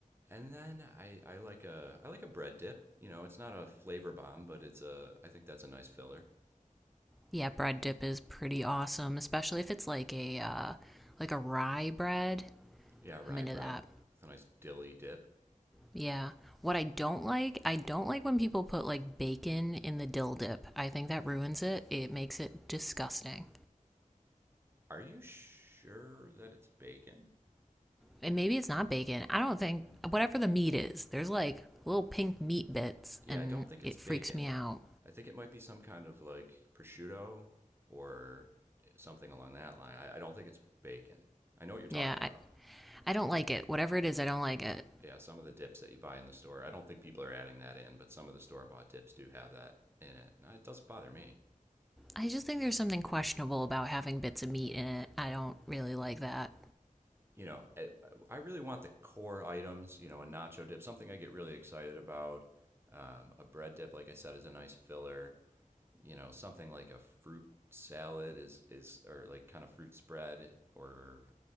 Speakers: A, on the right; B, in the centre.
A: and then I, I like a I like a bread dip. You know, it's not a flavor bomb, but it's a I think that's a nice filler.
B: Yeah, bread dip is pretty awesome, especially if it's like a uh, like a rye bread.
A: Yeah, rye
B: I'm into
A: bread
B: that.
A: with a nice dilly dip.
B: Yeah. What I don't like, I don't like when people put like bacon in the dill dip. I think that ruins it. It makes it disgusting.
A: Are you sure that it's bacon?
B: And maybe it's not bacon. I don't think whatever the meat is, there's like little pink meat bits
A: Yeah,
B: and
A: I don't think it's
B: it
A: bacon.
B: freaks me out.
A: I think it might be some kind of like prosciutto or something along that line. I, I don't think it's bacon. I know what you're talking
B: Yeah,
A: about.
B: I, I don't like it. Whatever it is, I don't like it.
A: Yeah, some of the dips that you buy in the store, I don't think people are adding that in, but some of the store bought dips do have that in it. And it doesn't bother me.
B: I just think there's something questionable about having bits of meat in it. I don't really like that.
A: You know, I, I really want the core items, you know, a nacho dip, something I get really excited about. Um, a bread dip, like I said, is a nice filler. you know something like a fruit salad is is or like kind of fruit spread or